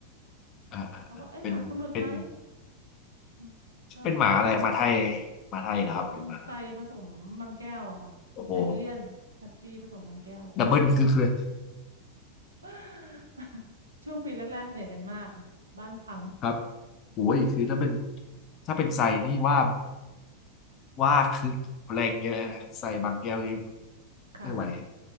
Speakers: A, on the left; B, on the right.
A: อ่าอ่าอ่าเป็นเป็น
B: เขาว่าเอ้ยหมาคุณหลุดไหมไม่ก็ก็ต้อง
A: เป็นหมาอะไรหมาไทยหมาไทยนะครับหรือหมา
B: ขอเป็นไซผสมบางแก้วอะค่ะไซบีเรียนฮัสกี้ผสมบางแก้ว
A: โอ้โหดับเบิลคึกเลย
B: <laughs> ช่วงปีแรกๆเหนื่อยกันมากค่ะบ้านพัง
A: ครับโอ้ยคือถ้าเป็นถ้าเป็นไซนี่ว่าว่าคึกแรงเยอะนะไซบางแก้วนี่
B: ค่ะ
A: ไม่ไหว